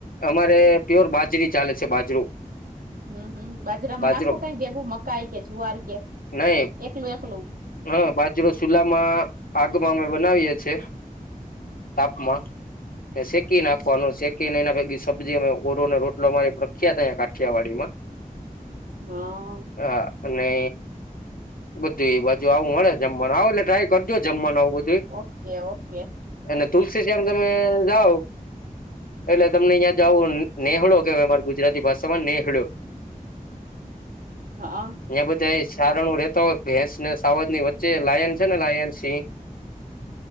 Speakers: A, on the left; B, on the right.
A: અમારે પ્યોર બાજરી ચાલે છે બાજરો
B: હમ હમ બાજરામાં
A: બાજરો
B: નાખો કઈ ભેગું મકાઈ કે જુવાર કે
A: નહી
B: એકલું એકલું
A: હા બાજરો સુલામાં આગમાં અમે બનાવીએે છીએ. તાપમાં શેકી
B: હમ
A: નાખવાનું શ શેકીને એના પકી સબ્જી અમે ઓરોને રોટલો મારી પ્રખ્યાત અં કાઠિયાવાડીમાં
B: હા.
A: હા અને બુધી એ બાજુ આવું મળે જમવાનું આવ એટલે ટ્રાય કરજો જમવાનું આવું બધું.
B: ઓકે ઓકે
A: અને તુલસી શ્યામ તમે જાવો એટલે તમને અહીં જાવુ નેહળો કેવાય અમા ગુજરાતી ભાષા માં નેહળ્યો
B: હા.
A: ને બધા સારણું રતો હો ભેંસ ને સાવદ ની વચ્ચે લાયન છે ને લાયન સિંહ
B: <inaudible>